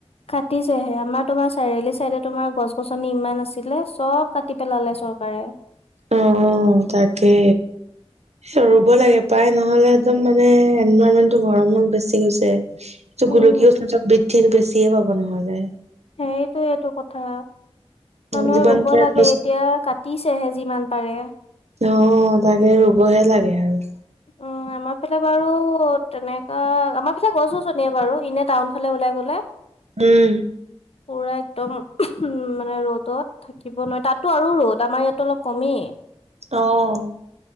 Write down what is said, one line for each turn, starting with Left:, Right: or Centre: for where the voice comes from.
Left: কাটিছেহে আমাৰ তোমাৰ চাৰআলি চাইডে তোমাৰ গছ গছনি ইমান আছিলে চব কাটি পেলালে চৰকাৰে।
Right: উম, তাকে। ৰুব লাগে পায় নহলে একদম মানে এনভাইৰণমেন্টটো গৰম হৈ গুছি গৈছে। টো
Left: উম
Right: গোলকীয় উষ্ণতা বৃদ্ধিৰ বেছিয়ে পাব নহলে।
Left: সেইটোয়েটো কথা। মানুহে
Right: যিমান
Left: ৰুব
Right: পাৰে
Left: লাগে
Right: গছ
Left: এতিয়া কাটিছেহে যিমান পাৰে।
Right: অ' তাকে ৰুবহে লাগে আৰু।
Left: উম আমাৰ ফালে বাৰু তেনেকা আমাৰ ফালে গছ গছনিয়ে বাৰু এনে টাউন ফালে ওলাই গ'লে।
Right: উম।
Left: পুৰা একদম মানে ৰ'দ থাকিব নোৱাৰি তাতটো আৰু ৰ'দ আমাৰ ইয়াতো অলপ কমেই।
Right: অ'।